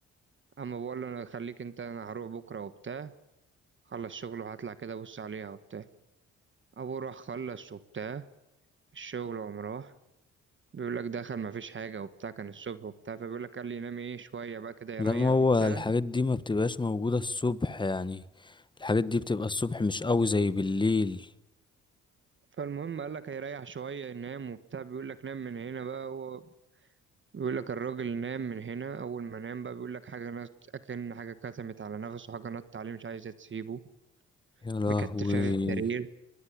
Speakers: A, on the right (about 40°); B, on the left (about 15°).
A: أما بقول له أنا خليك أنت أنا هروح بكرة وبتاع خلص شغله وهطلع كده بص عليها وبتاع ابوه راح خلص وبتاع الشغل وقام راح بيقول لك دخل ما فيش حاجه وبتاع كان الصبح وبتاع فبيقول لك قال لي ينام ايه شويه بقى كده يريح
B: لا ما هو
A: وبتاع
B: الحاجات دي ما بتبقاش موجودة الصبح يعني الحاجات دي بتبقى الصبح مش قوي زي بالليل
A: فالمهم قال لك هيريح شويه ينام وبتاع بيقول لك نام من هنا بقى هو بيقول لك الراجل نام من هنا اول ما نام بقى بيقول لك حاجه نط اكن حاجه كتمت على نفسه حاجه نط عليه مش عايزه تسيبه
B: يا لهوي
A: مكتفاه في السرير